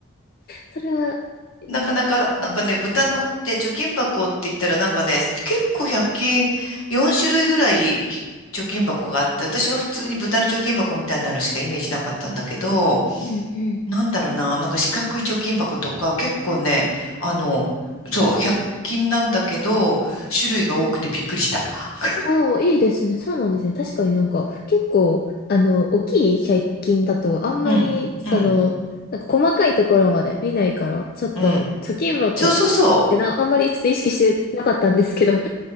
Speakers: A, on the left; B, on the left.
A: それは、うん、
B: う。なかなか、
A: いいですね
B: なんかね、豚の、で、貯金箱って言ったらなんかね、結構100均4種類ぐらい貯金箱があって、私は普通に豚の貯金箱みたいなのしかイメージなかったんだけど、
A: うん、うん、
B: なんだろうな、なんか四角い貯金箱とか、結構ね、あの、そう、100均なんだけど、種類が多くてびっくりした。
A: うん、うん。
B: <laughs>
A: ああ、いいですね。そうなんですね。確かになんか、結構、あの、大きい百均だと、あんまり、
B: うん、
A: その、
B: うん、
A: なんか細かいところまで見ないから、ちょっと、
B: うん。
A: 貯金箱ってな、
B: そうそうそう。
A: あんまりちょっと意識してなかったんですけど